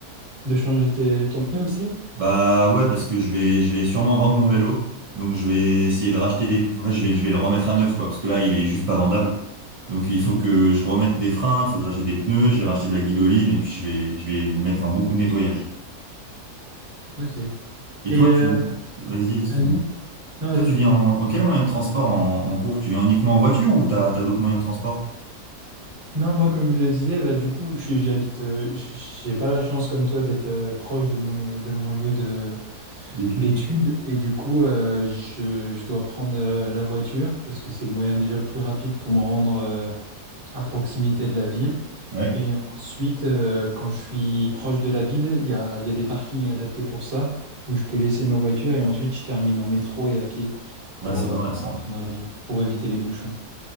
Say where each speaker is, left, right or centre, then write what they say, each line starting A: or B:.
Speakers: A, on the right (about 30°); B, on the right (about 60°).
A: De changer tes- ton pneu aussi?
B: Bah ouais, parce que je vais, je vais sûrement vendre mon vélo. Donc je vais essayer de racheter des... En fait, je vais, je vais le remettre à neuf, quoi, parce que là, il est juste pas vendable. Donc il faut
A: Hmm,
B: que je remette des freins, il faut que je rachète des pneus, je vais racheter de la guidoline, et puis je vais, je vais mettre un bon coup de nettoyage.
A: Ok.
B: Et
A: Et
B: toi,
A: euh,
B: tu... Vas-y, excuse-moi.
A: vas-y. Non, vas-y,
B: Toi, tu
A: dis-moi.
B: viens en, en quel moyen de transport en, en cours? Tu viens uniquement en voiture ou t'as, t'as d'autres moyens de transport
A: Non, moi, comme je le disais, bah, du coup, je suis- j'habite, euh, j- j'ai pas la chance comme toi d'être euh, proche de mon, é- de mon lieu de,
B: d'études?
A: d'études. Et du coup, euh, je, je dois prendre euh, la voiture parce que c'est le moyen déjà le plus rapide pour me rendre euh, à proximité de la ville.
B: Ouais,
A: Et ensuite, euh, quand je suis proche de la ville, il y a, il y a des parkings adaptés pour ça, où je peux laisser ma voiture et ensuite je termine en métro et à pied pour,
B: Ouais, c'est
A: euh,
B: pas mal
A: pour
B: ça.
A: rentrer dans la ville, pour éviter les bouchons.